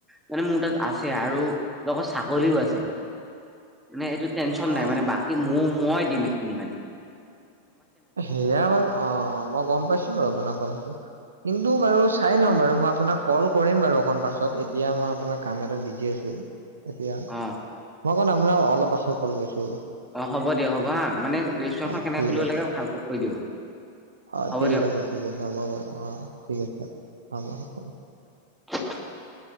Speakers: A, in the centre; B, on the right (about 70°).
A: মানে মোৰ তাত আছে আৰু লগৰ ছাগলীও আছে মানে এইটো টেনচন নাই
B: অ
A: মানে বাকী ম মই দিম এইখিনি মান
B: সেয়া বাৰু অ, মই গম পাইছো বাৰু আপোনাৰ কথাটো কিন্তু টো বাৰু চাই লওঁ বাৰু মই আপোনাক কল কৰিম বাৰু অকণ পাছত এতিয়া মই আপোনাৰ কাম এটাত বিজি আছো এতিয়া
A: অ
B: মই ক' আপোনাৰ অলপাছত কল কৰিছোঁ
A: অ', হ'ব দিয়ক হ'ব হা মানে ৰেষ্টুৰেণ্টখন
B: অ
A: কেনেকৈ
B: ঠিক
A: খুলিব
B: আছে
A: লাগে ভালকৈ কৰি দিব।
B: অ',
A: হ'ব
B: ঠিক
A: দিয়ক
B: আছে ঠিক আছে হ'ব বাৰু অ ঠিক আছে হ'ব হব।
A: <inaudible>